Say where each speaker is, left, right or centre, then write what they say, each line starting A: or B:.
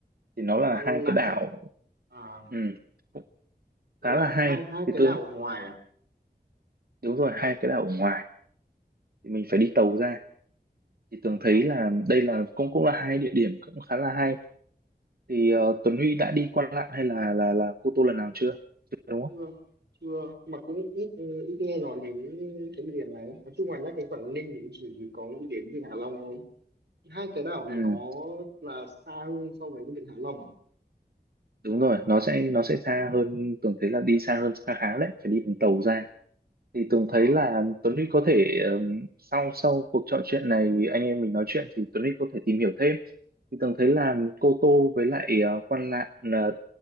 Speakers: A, on the right; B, on the right.
A: thì nó là
B: Quan
A: hai
B: Lạn
A: cái đảo
B: này à,
A: ừm, cũng
B: nó
A: khá
B: là
A: là hay
B: hai hai
A: thì
B: cái
A: Tường
B: đảo ngoài à,
A: đúng rồi hai cái đảo ở ngoài thì mình phải đi tàu ra thì Tường
B: à
A: thấy là
B: phải-
A: đây là cũng cũng là hai địa điểm cũng khá là hay thì ờ, Tuấn Huy đã đi Quan Lạn hay là là là Cô Tô lần nào chưa chưa đúng
B: chưa chưa mà cũng ít ít nghe nói đến cái miền này nói chung là nhắc đến Quảng Ninh thì cũng chỉ có nghĩ đến Vịnh Hạ Long thôi hai cái đảo này
A: không
B: nó là xa hơn so với cái Vịnh Hạ Long à,
A: đúng rồi nó sẽ nó sẽ xa hơn Tường thấy là đi xa hơn khá khá đấy phải đi bằng tàu ra thì Tường
B: Ờ,
A: thấy là Tuấn Huy có thể ừm, sau sau cuộc trò chuyện này anh em mình nói chuyện thì Tuấn Huy có thể tìm hiểu thêm thì Tường thấy là Cô Tô với lại ờ, Quan Lạn ờ,